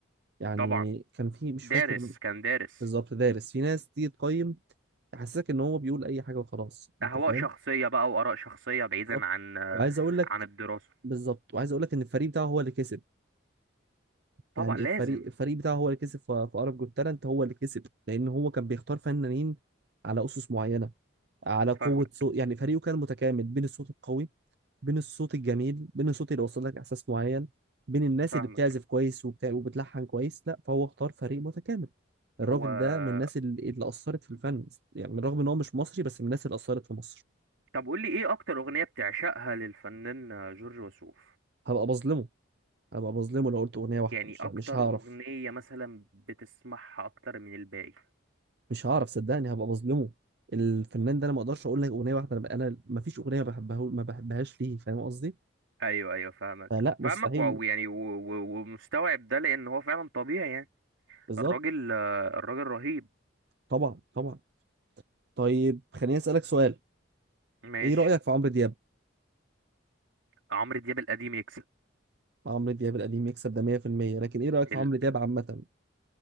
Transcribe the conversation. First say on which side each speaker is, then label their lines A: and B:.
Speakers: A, on the right; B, on the right.
A: يعني
B: طبعا
A: كان في مش
B: دارس
A: فاكر
B: كان دارس
A: بالظبط دارس في ناس تيجي تقيم يحسسك ان هو بيقول اي حاجه وخلاص انت
B: اهواء
A: فاهم
B: شخصية بقى واراء شخصية بعيدا
A: بالظبط
B: عن آه
A: وعايز اقول لك
B: عن الدراسة
A: بالظبط وعايز اقول لك ان الفريق بتاعه هو اللي كسب
B: طبعا
A: يعني
B: لازم
A: الفريق الفريق بتاعه هو اللي كسب في عرب جوت تالنت هو اللي كسب لان هو كان بيختار فنانين على اسس معينه على
B: فاهمك
A: قوه صوت يعني فريقه كان متكامل بين الصوت القوي بين الصوت الجميل بين الصوت اللي وصل لك احساس معين بين الناس
B: فاهمك
A: اللي بتعزف كويس وبتاع وبتلحن كويس لا فهو اختار فريق متكامل الراجل
B: هو
A: ده من الناس اللي, اللي اثرت في الفن يعني بالرغم ان هو مش مصري بس من الناس اللي اثرت في مصر
B: طب قول لي ايه اكتر اغنية بتعشقها للفنان جورج وسوف
A: هبقى بظلمه هبقى بظلمه لو قلت اغنيه واحده
B: يعني
A: مش
B: اكتر
A: مش هعرف
B: اغنية مثلا بتسمعها اكتر من الباقي
A: مش هعرف صدقني هبقى بظلمه الفنان ده انا ما اقدرش اقول لك اغنيه واحده انا انا ما فيش اغنيه بحبها ما بحبهاش ليه فاهم قصدي
B: ايوه ايوه فاهمك
A: فلا مستحيل
B: فاهمك واو يعني و- و- ومستوعب ده لان هو فعلا طبيعي يعني
A: بالظبط
B: الراجل الراجل رهيب
A: طبعا طبعا طيب خليني اسالك سؤال
B: ماشي
A: ايه رايك في عمرو دياب
B: عمرو دياب القديم يكسب
A: عمرو دياب القديم يكسب ده 100% لكن ايه رأيك في
B: ال...
A: عمرو دياب عامة؟